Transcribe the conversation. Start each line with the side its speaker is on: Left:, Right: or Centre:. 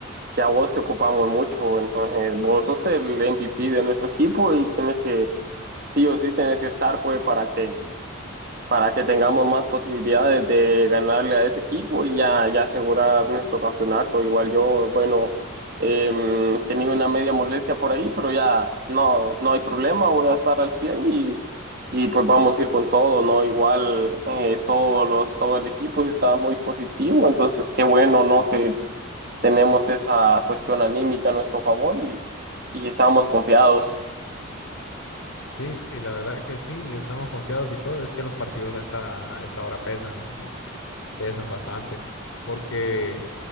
Right: que a vos te ocupamos mucho, entonces vos sos el MVP de nuestro equipo y tenés que, sí o sí, tenés que estar, pues, para que para que tengamos más posibilidades de ganarle a ese equipo y ya, ya asegurar nuestro campeonato. Igual yo, bueno, em, tenía una media molestia por ahí, pero ya no, no hay problema, voy a estar al 100 y, y pues vamos a ir con todo, ¿no? Igual eh, todos los, todo el equipo está muy positivo, entonces qué bueno, ¿no? Que tenemos esa cuestión anímica a nuestro favor y, y estamos confiados.
Left: Sí, y la verdad que sí, estamos confiados y todo. Es que los partidos a esta, a esta hora pesan, bro, pesan bastante, porque